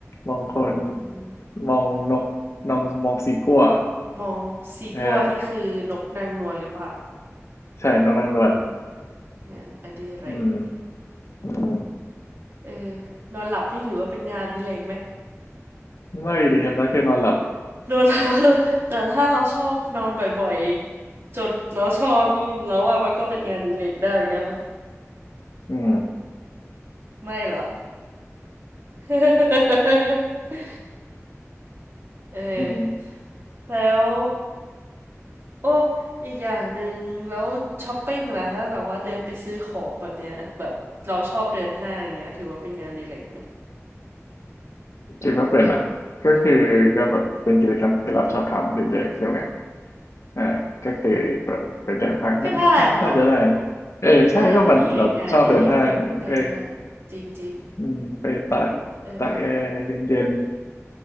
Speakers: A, on the left (about 65°); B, on the right (about 50°).
A: มองคน
B: อืม
A: มองนกมองมองสีกั่ว
B: มองสีกัวนี่คือนกนางนวลหรือเปล่า
A: เออใช่นกนางนวล
B: งานอดิเรก
A: อืมอืม
B: เออนอนหลับนี่ถือว่าเป็นงานอดิเรกไหม
A: ไม่ดีครับนั่นคือนอนหลับ
B: นอนหลับแต่ถ้าเราชอบนอนบ่อยๆจนเราชอบนี่เราว่ามันก็เป็นงานอดิเรกได้เหมือนกันนะ
A: อืม <laughs>
B: ไม่เหรอ <laughs> เออ
A: อืม
B: แล้วโอ้อีกอย่างหนึ่งแล้วช้อปปิ้งล่ะถ้าแบบว่าเดินไปซื้อของแบบเนี้ยแบบเราชอบเดินห้างอย่างเงี้ยถือว่าเป็นงานอดีเล็กไหม
A: คิดว่าเป็นอ่ะก็คือก็แบบเป็นกิจกรรมที่เราชอบทำเรื่อยๆใช่ไหมอ่าก็คือแบบไปเดินห้างนั่นน่าน่าจะได้นะเออใช่ก็มันเราชอบเดินห้างก็
B: ก็ได้เนาะ เดินห้างก็นี่ไงงานอดิเลกก็เดินห้างจริง
A: อืมไปตากตากแอร์เย็น
B: ๆ เออ